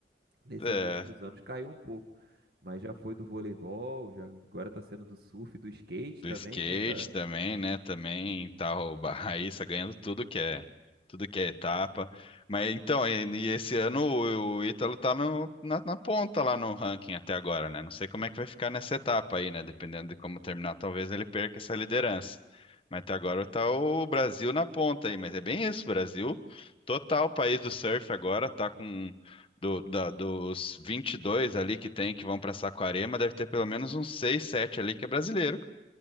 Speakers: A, on the right; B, on the left.
A: nesses
B: é,
A: últimos anos caiu um pouco, mas já foi do voleibol, já agora tá sendo do surf, do skate
B: do
A: também,
B: skate
A: né, cara?
B: também, né? Também tá o Ba- <laughs> Raíssa ganhando tudo que é tudo que é etapa. Mas então, e, e esse ano o, o Ítalo tá no- na, na ponta lá no ranking até agora, né? Não sei como é que vai ficar nessa etapa aí, né? Dependendo de como terminar, talvez ele perca essa liderança. Mas até agora tá o Brasil na ponta aí, mas é bem isso, Brasil. Total país do surf agora tá com do, da, dos 22 ali que tem que vão pra Saquarema, deve ter pelo menos uns 6 7 ali que é brasileiro,